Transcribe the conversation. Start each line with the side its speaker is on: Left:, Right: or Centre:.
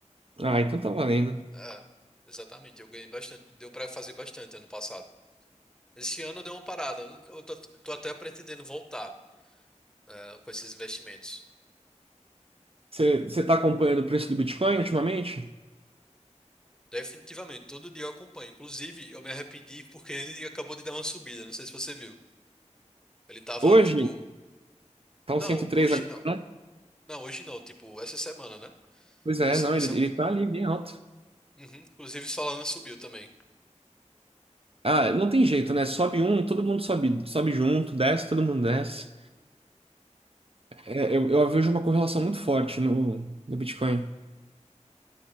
Right: Ah, então tá valendo.
Centre: É, exatamente. Eu ganhei bastante. Deu pra fazer bastante ano passado. Esse ano eu dei uma parada. Eu eu tô, tô até pretendendo voltar, é, com esses investimentos.
Right: Você você tá acompanhando o preço do Bitcoin ultimamente?
Centre: Definitivamente, todo dia eu acompanho. Inclusive, eu me arrependi porque ele acabou de dar uma subida. Não sei se você viu. Ele tava
Right: Hoje,
Centre: tipo,
Right: tá
Centre: não,
Right: uns cento e três
Centre: hoje
Right: agora,
Centre: não.
Right: né?
Centre: Não, hoje não, tipo, essa semana, né?
Right: Pois é,
Centre: Essa-
Right: não,
Centre: essa-
Right: ele, ele tá ali bem alto.
Centre: Uhum. Inclusive, Solana subiu também.
Right: Ah, não tem jeito, né? Sobe um, todo mundo sobe, sobe junto, desce, todo mundo desce. É, eu, eu vejo uma correlação muito forte no, no Bitcoin.